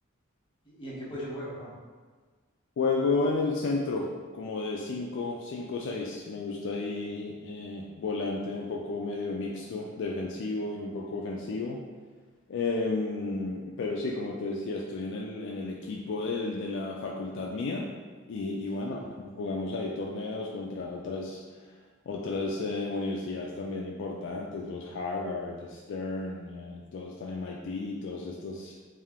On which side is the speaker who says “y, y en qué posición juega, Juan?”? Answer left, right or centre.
Left